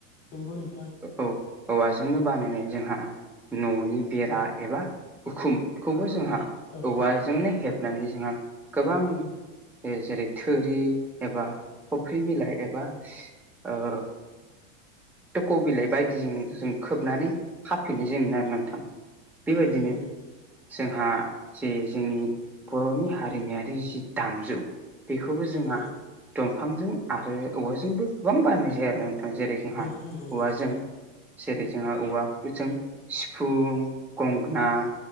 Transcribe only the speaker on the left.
नंगौ नोंथां
औ
औ
नंगौ
नंगौ नोंथां
औ औ
नंगौ नंगौ नोंथां